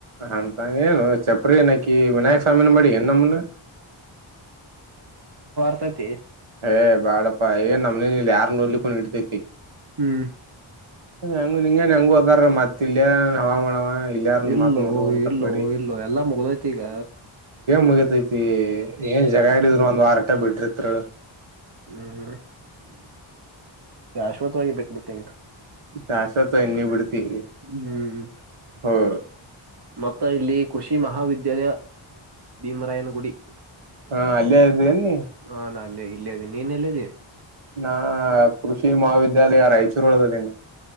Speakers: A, on the right; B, on the right.
A: ಅಂತ ಏನು ಚಪ್ಪರಿ ಏನಕಿ ವಿನಾಯಕ ಸ್ವಾಮಿನ ಮಾಡಿ ನಮ್ಮನ
B: ವರ್ತತಿ
A: ಏ ಬಾಡಪ್ಪಾ ಎನ್ ನಮ್ಮನೇಲಿ ಇಲ್ಲಿ ಯಾರು ನೋಡ್ಲಿಕ್ಕೊಂಡ ಹಡ್ತೈತಿ
B: ಹ್ಮ್
A: ಹ ಅಂಗು ಹಂಗನ್ ಹೆಂಗ ಹದಾರ ಮತ್ ಇಲ್ಲಯ ಹವ ಮಾಡವ ಇಲ್ಲಯಾರ
B: ಇಲ್ಲೋ
A: ಮಾತ್ ನೋಡಕತ್
B: ಇಲ್ಲೋ
A: ಮಾಡಿ
B: ಇಲ್ಲೋ ಎಲ್ಲಾ ಮುಗ್ದೈತಿ ಈಗ
A: ಮುಗತತಿ ಹ್ಮ ಏನ್ ಜಾಗಾಡಿದ್ರ
B: ಕರೆ
A: ಒಂದ್ ವಾರಟ ಬಿಟ್ರಿ ತ್ರಳ
B: ಹ್ಮ್ ಶಾಶ್ವತವಾಗಿ ಬಿಟ್ಬಿಟ್ಟಿ
A: ಶಾಸತ್ ಎಣ್ಣಿ ಬಿಡ್ತಿ
B: ಹ್ಮ್
A: ಹ
B: ಮತ್ತ ಇಲ್ಲಿ ಕೃಷಿ ಮಹಾವಿದ್ಯಾಲಯ ಭೀಮರಾಯನ ಗುಡಿ
A: ಹಾ ಅಲ್ಲೇ ಇದೇನ್
B: <unintelligible>
A: ನೀ
B: ಇಲ್ಲಿ ಇದೀನಿ ನೀನ್ ಎಲ್ಲದ
A: ನಾ ಕೃಷಿ ಮಹಾವಿದ್ಯಾಲಯ ರಾಯಚೂರು ಒಳಗಿದೀನಿ